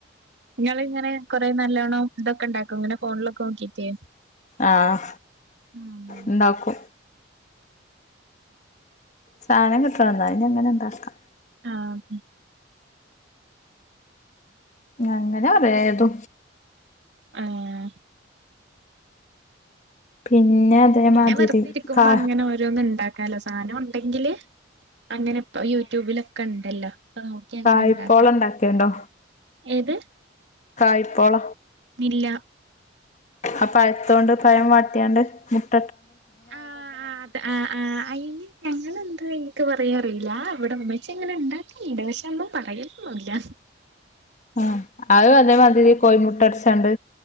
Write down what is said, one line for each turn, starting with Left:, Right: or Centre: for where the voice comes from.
Right: നിങ്ങിങ്ങെറെേ നല്ലോണ്ണം ഇതൊക്കെ ഉണ്ടാക്കും ഇങ്ങനെ ഫോണിലൊക്കെ നോക്കിട്ടേ
Left: ആഹ
Right: ആഹ്
Left: ഉണ്ടാക്കും സാധനം കിട്ടണം എന്നാ ഇ അങ്ങനെ ഉണ്ടാക്കാം
Right: ആഹ
Left: അങ്ങനെ പറയാത്
Right: ആഹ്
Left: പിന്നെ അതേമാതിരി
Right: പിന്നെ വെറുത ഇരിക്കുമ്പോ
Left: കാ
Right: അങ്ങനെ ഓരോന്നും ഇണ്ടാക്ക കലസാധനം ഉണ്ടെങ്കില് അങ്ങനെപ്പ യൂട്യൂബിലൊക്കെ ഉണ്ടല്ലോ അപ്പൊ നോക്കി അങ്ങനെ
Left: ആഹ
Right: ഉണ്ടാക്കാം
Left: ഇപ്പോൾ എണ്ടാക്കിയണ്ടോ
Right: ഏത്
Left: കായ്പള
Right: നില്ല
Left: ആ പഴത്തോൊണ്ട് പയം വാട്ടിയാണ്ട് മുട്ട
Right: ആ ആ് അ ആ ആ് അന് ഞങ്ങെന്താ എനിക്ക് പറയാം അയില്ല ഇവിടെ ഉമ്മേച്ച എങ്ങനെ ഉണ്ടാക്കി ഇടവശന്നും പറയലൊന്നുമില്ല
Left: ആ അതും അതേമാതിരി കോഴിമുട്ട അടച്ചാണ്ട്